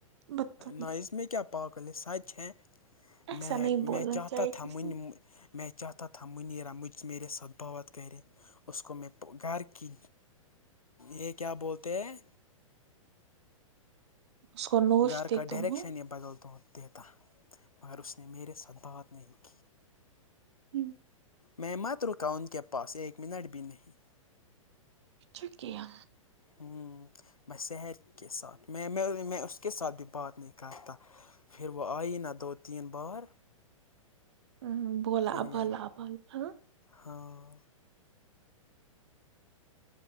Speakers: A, on the right; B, on the left.
A: بدتم
B: نائز م میں کیا کیا پاکل یہ سو ت ہے
A: ایسا
B: میں
A: نہیں بولنا
B: میں چاہتاتا
A: چاہیے کسی
B: تھا من میںی چاہتاا تھا منیر مجھ میرے ساتھ بغت کرے اس کو میں گھر کی یہ کیا بولتے ہیں
A: اس کو نوش
B: گھر
A: دیتا
B: کا ڈائریکشن
A: ہوں
B: یہ بدل دد دیتاہ مگر اس نے میرے ساتھ بات نہیں ک
A: ہ
B: میں مت رکا ان کے پاس ایک منٹ بھی نہیں
A: ھ کنہ
B: ہ میں سحیر کے ساتھ میں میں میں اس کے ساتھ بھی بات نہیں کرتا پھر وہ آئی نا دو تین بار
A: ہ بولا
B: پھر
A: بولا
B: میں
A: بوول ہ
B: ہاں